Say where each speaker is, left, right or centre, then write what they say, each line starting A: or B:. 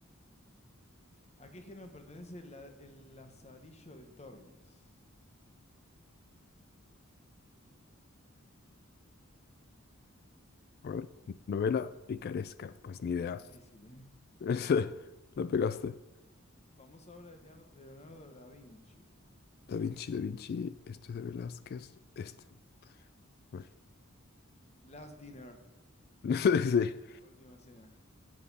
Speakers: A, on the left (about 30°); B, on the left (about 45°).
A: ¿A qué género pertenece la- el Lazarillo de Tormes?
B: A ver, Novela picaresca, pues ni idea.
A: Difícil,
B: <laughs>
A: ¿eh?
B: Ese, La pegaste.
A: Famosa obra de Leonardo, de Leonardo da Vinci.
B: Da Vinci, Da Vinci, este es de Velázquez, este. Bueno.
A: Last Dinner,
B: <laughs> Sí.
A: la última cena.